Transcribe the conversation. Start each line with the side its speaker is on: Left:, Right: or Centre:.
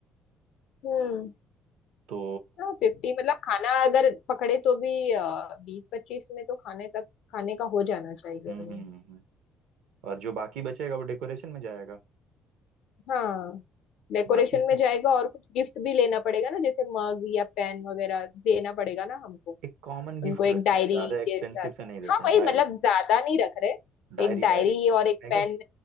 Left: हम्म
Right: तो
Left: हाँ फिफ्टी मतलब खाना अगर पकड़े तो भी बीस पच्चीस में तो खाने तक खाने का हो जाना चाहिए
Right: हम्म
Left: almost।
Right: हम्म हम्म, हम्म। और जो बाकी बचेगा वो डेकोरेशन में जाएगा
Left: हाँ डेकोरेशन
Right: बाकी
Left: में
Right: तो
Left: जाएगा और कुछ गिफ्ट भी लेना पड़ेगा ना जैसे मग या पेन वगैरह देना पड़ेगा ना हमको
Right: एक कॉमन गिफ्ट
Left: उनको एक
Right: रखते
Left: डायरी
Right: हैं ज्यादा एक्सपेंसिव
Left: के साथ
Right: से नहीं देते
Left: हाँ
Right: हैं
Left: वही
Right: डायरी
Left: मतलब ज्यादा नहीं रख रहे
Right: डायरी
Left: एक डायरी
Right: डायरी
Left: और एक
Right: है क्या
Left: पेन